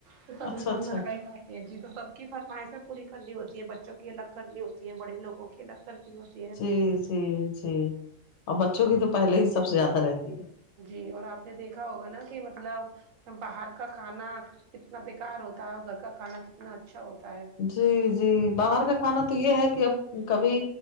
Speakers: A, on the right; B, on the left.
A: تو سب
B: اچھا
A: ہی لوگ
B: اچھا
A: گھر کا ہی کھاتے ہیں جی تو سب کی فرمائشیں پوری کرنی ہوتی یہ بچوں کی الگ کرنی ہوتی ہیں بڑے لوگوں کی الگ کرنی ہوتی ہے
B: جی جی جی اور بچوں کی تو پہلے ہی سب سے زیادہ رہتی ہے
A: جی اور آپ نے دیکھا ہوگا نا کہ مطلب باہر کا کھانا کتنا بیکار ہوتا ہے اور گھر کا کھانا کتنا اچھا ہوتا ہے
B: جی جی باہر کا کھانا تو یہ ہے کہ اب کبھی